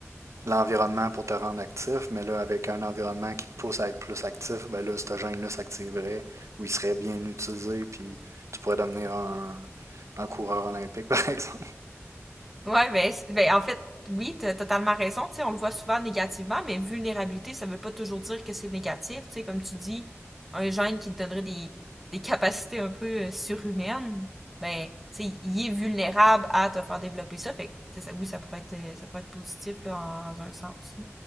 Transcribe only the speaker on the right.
l'environnement pour te rendre actif, mais là, avec un environnement qui te pousse à être plus actif, ben là, ce gène-là s'activerait ou il serait bien utilisé, puis tu pourrais devenir un, un coureur olympique, <laughs> par exemple.